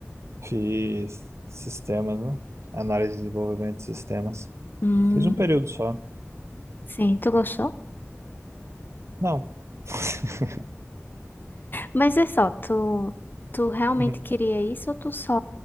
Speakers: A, on the right; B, on the left.
A: Fiz sistemas, né? Análise e desenvolvimento de sistemas.
B: Hum,
A: Fiz um período só.
B: sim, tu gostou?
A: Não. <laughs>
B: Mas é só, tu, tu realmente
A: Uhum.
B: queria isso ou tu só